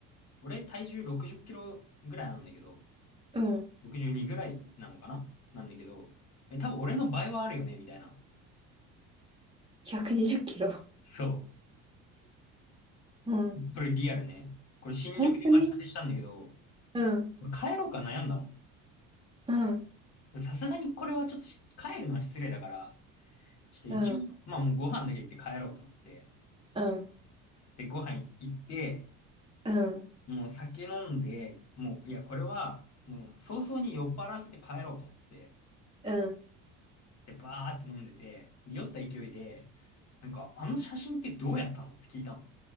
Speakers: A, on the left (about 50°); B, on the right (about 15°).
A: う、俺体重60キロぐらいなんだけど、
B: うん、
A: 62ぐらいなのかななんだけど、え、多分俺の倍はあるよね、みたいな。
B: 120キロ。
A: そ
B: うん。
A: う。これリアルね。これ新宿で待ち合わせしたんだけど、
B: 本当にうん、
A: 俺帰ろうか悩んだの。
B: うん、
A: さすがにこれはちょっとし帰るのは失礼だから、ちょっと一応、
B: うん、
A: まあもうご飯だけ行って帰ろうと思って。
B: うん、うん、
A: で、ご飯行って、
B: うん、
A: もう酒飲んで、もう、いや、これは、もう早々に酔っ払わせて帰ろうと思って。
B: うん、
A: で、バーって飲んでて、で、酔った勢いで、なんか、あの写真ってどうやったのって聞いたの。